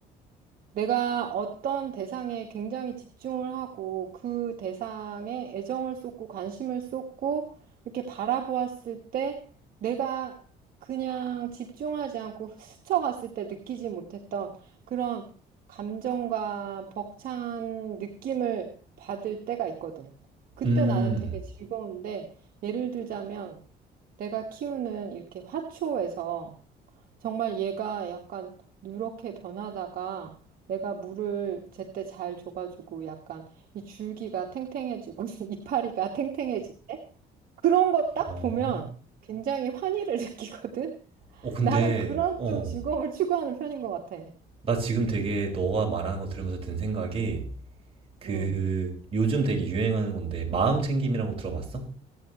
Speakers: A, on the right; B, on the right.
A: 내가 어떤 대상에 굉장히 집중을 하고 그 대상에 애정을 쏟고 관심을 쏟고 이렇게 바라보았을 때 내가 그냥 집중하지 않고 스쳐갔을 때 느끼지 못했던 그런 감정과 벅찬 느낌을 받을 때가 있거든. 그때
B: 음,
A: 나는 되게 즐거운데 예를 들자면 내가 키우는 이렇게 화초에서 정말 얘가 약간 누렇게 변하다가 내가 물을 제때 잘 줘가지고 약간 이 줄기가 탱탱해지고 <laughs> 이파리가 탱탱해지네? 그런 거 딱
B: 어.
A: 보면 굉장히 환희를 <laughs> 느끼거든?
B: 어, 근데,
A: 나는 그런
B: 어,
A: 좀 즐거움을 추구하는 편인 것 같아.
B: 나 지금 되게 너가 말하는 거 들으면서 든 생각이 그
A: 응.
B: 요즘 되게 유행하는 건데 마음 챙김이라고 들어봤어?